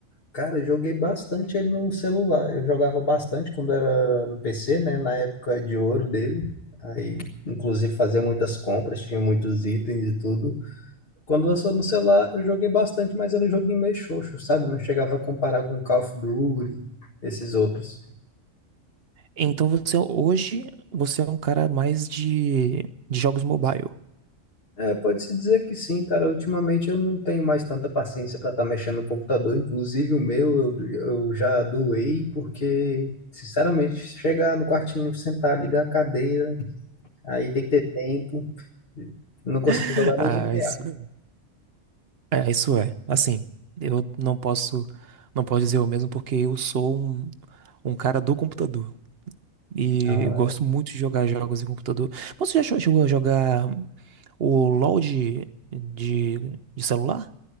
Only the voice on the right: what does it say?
Então você hoje você é um cara mais de, de jogos mobile.
<laughs>
Ah,
isso é, isso é. Assim, eu não posso não posso dizer o mesmo porque eu sou um, um cara do computador e
eu gosto muito de jogar jogos em computador. Você já cho- chegou a jogar o LoL de, de, de celular?